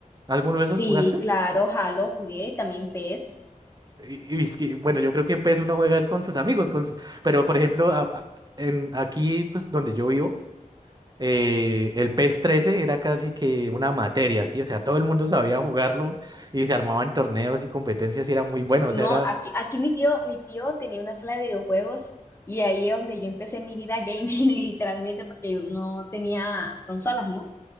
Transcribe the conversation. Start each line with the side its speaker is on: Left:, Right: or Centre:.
Right: ¿Alguno de esos
Left: Sí,
Right: jugaste?
Left: claro, Halo jugué, también PES.
Right: Y, y es que, bueno, yo creo que PES uno juega es con sus amigos, con sus- pero por ejemplo, a- a- en, aquí pues, donde yo vivo, eh, el PES 13 era casi que una materia, ¿sí? O sea, todo el mundo sabía jugarlo y se armaban torneos y competencias y era muy bueno,
Left: No,
Right: o sea, era,
Left: aquí, aquí mi tío, mi tío tenía una sala de videojuegos y ahí es donde yo empecé mi vida gaming, <laughs> literalmente, porque yo no tenía consolas, ¿no?